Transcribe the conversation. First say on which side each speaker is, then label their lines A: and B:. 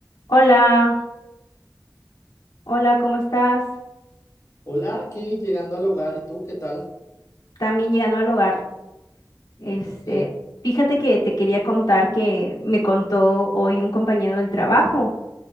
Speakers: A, on the left; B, on the left.
A: Hola, hola, ¿cómo estás?
B: Hola, aquí llegando al hogar, ¿y tú qué tal?
A: También llegando al hogar. Este,
B: Ok,
A: fíjate que te quería contar que me contó hoy un compañero del trabajo